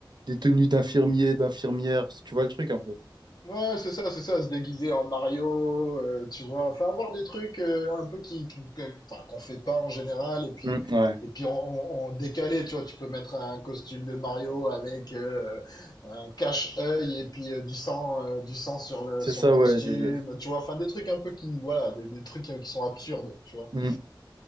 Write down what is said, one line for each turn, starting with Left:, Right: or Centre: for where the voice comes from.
Right: des tenues d'infirmiers, d'infirmières, tu vois le truc un peu.
Left: Ouais, c'est ça, c'est ça, se déguiser en Mario, euh, tu vois, enfin avoir des trucs euh, un peu qui, qui- que- enfin, qu'on fait pas en général, et puis
Right: Mm, ouais,
Left: et puis en, en- en décalé, tu vois, tu peux mettre un costume de Mario avec euh, un cache-œil et puis euh, du sang, euh, du sang sur le
Right: c'est
Left: sur
Right: ça,
Left: le costume,
Right: ouais. le- le-
Left: tu vois, enfin des trucs un peu qui, voilà, des, des trucs euh, qui sont absurdes, tu vois.
Right: Mm.